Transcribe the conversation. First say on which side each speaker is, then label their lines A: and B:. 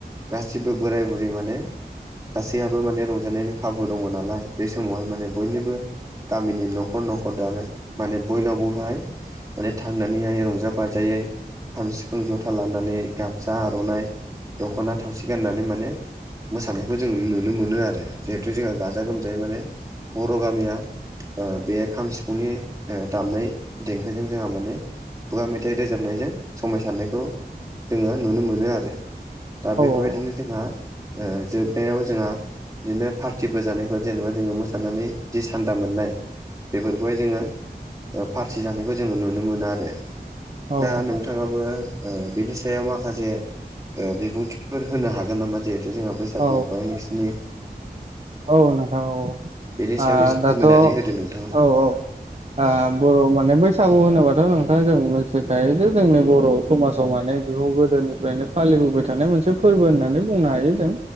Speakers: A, on the right; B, on the right.
A: गासिबो बोराय बुरै माने ज'ज रंजालाइयो। गासैयाबो माने रंजानायनि खाबु दङ नालाय औ नंगौ सैथो बे समावहाय माने बयनिबो गामिनि न'खर न'खर दानो माने बयनावबोहाय रंजाहैनाय ‌जायो। माने थांनानैहाय रंजा बाजायै खाम सिफुं जथा लानानै गामसा आर'नाइ गान्नानै रंजानाय जायो। दख'ना थावसि गाननानै माने मोसानायखौ जों नुनो मोनो आरो औ नंगौ सैथो। जिहेथु जोंहा गाजा गोमजायै माने फालियो। बर' गामिया बे खाम सिफुंनि दामनाय देंखोजों जोबोर रंजायो मोसादों। जोंहा माने खुगा मेथाइ रोजाबनायजों समायसारनायखौ जोङो नुनो मोनो आरो नंगौ सैथो थारैनो। दा बेफोरबायदिनो
B: औ
A: जोंहा जोबनायाव जोंहा नखरनि सुबुंफोरखौ खुलुमनानै फैनाय जायो। बिदिनो पार्टिफोर जानायखौ जेनेबा जोङो मोसानानै जि सान्दा मोननाय बेखौ ज, बयबो ओंखाम बेदर जानाय जायो। बेफोरखौहाय जोङो फारसि जानाय जायो औ नंगौ। खौ जोङो नुनो मोनो आरो दा
B: औ औ
A: नोंथाङाबो‌ नुनो ‌मोनो औ नंगौ। बिनि सायाव माखासे बिबुंथिफोर होनो हागोन नामा जेरे जों गथ'‌गथाइ, बोराय बुरै, ‌सेंग्रा
B: औ
A: सिख्ला, ज बयबो गोरोबलायना थायो। थु जोंहा बैसागुखौहाय नोंसिोरनि औ।
B: औ नोंथां औ
A: बेनि सायाव एसे फोरमायनानै
B: दाथ' औ
A: होदो नोंथाङा
B: औ नंगौ। आ
A: औ
B: बर' माने बर‌ हारि। बैसागु होनोबाथ' नोंथाङा जों मिथिखायो जे जोंनि बर' समाजाव माने गोहौ गोदोनिफ्रायनो फालियो औ नंगौ नोंथां। बोबाय थानाय मोनसे फोरबो होननानै बुंनो हायो जों